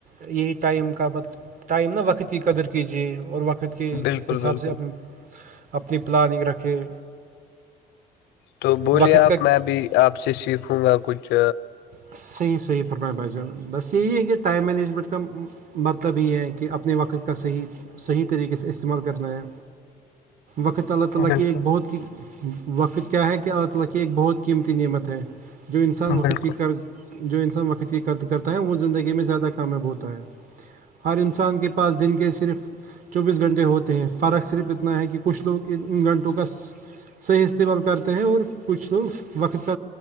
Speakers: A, on the right; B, on the left.
A: یہی ٹائم کا مط ٹائم نا وقت کی قدر کیجیے اور وقت کے
B: بالکل
A: حساب
B: بالکل
A: سے اپنی اپنی پلاننگ رکھے
B: تو بولیے
A: وقت کا
B: آپ میں بھی آپ سے سیکھوں گا کچھ
A: صحیح صحیح پرم بچا بس یہی ہے کہ ٹائم مینیجمنٹ کا مطلب یہ ہے کہ اپنے وقت کا صحیح صحیح طریقے سے استعمال کرنا ہے وقت اللہ تعالی
B: بالکل
A: کی ایک بہت کی وقت کیا ہے کہ اللہ تعالی کی ایک بہت قیمتی نعمت ہے جو انسان وقت
B: بالکل
A: کی اور جو انسان وقت کی قد کرتا ہے وہ زندگی میں زیادہ کامیاب ہوتا ہے ہر انسان کے پاس دن کے صرف چوبیس گھنٹے ہوتے ہیں فرق صرف اتنا ہے کہ کچھ لوگ ان گھنٹوں کا صحیح استعمال کرتے ہیں اور کچھ لوگ وقت